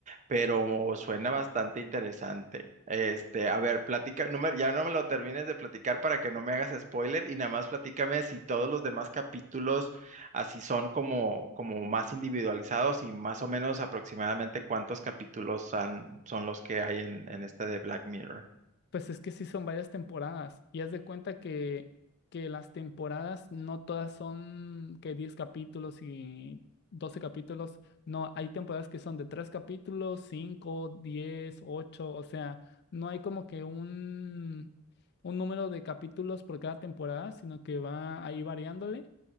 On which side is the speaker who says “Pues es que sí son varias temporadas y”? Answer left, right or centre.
Left